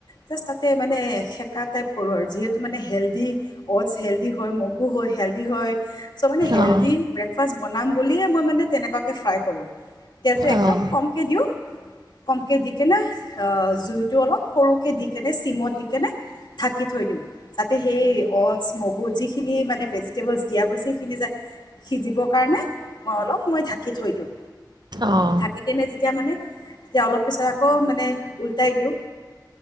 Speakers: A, on the left (about 85°); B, on the right (about 70°).
A: জাষ্ট তাতে মানে সেকা টাইপ কৰোঁ‌ আৰু, যিহেতু মানে হেল্দি- অ'টছ হেল্দি হয়। মগু হয়, হেল্দি হয়। ছো মানে হেল্দি
B: অঁ
A: ব্ৰেকফাষ্ট বনাম বুলিয়ে মই মানে তেনেকুৱাকে ফ্ৰাই কৰোঁ। তেলটো একদম
B: অঁ
A: কমকে দিওঁ। কমকে দিকেনে, অ' জুইটো অলপ সৰুকে দিকেনে, ছিমত দিকেনে ঢাকি থৈ দিওঁ। যাতে সেই অ'টছ, মগু যিখিনি মানে ভেজিটেবলছ দিয়া গৈছে, ‌ সেইখিনি যে সিজিবৰ কাৰণে, মই অলপ সময় ঢাকি থৈ দিওঁ।
B: অঁ
A: ঢাকিকেনে যেতিয়া মানে তেতিয়া অলপ পিছত আকৌ মানে উলটাই দিওঁ।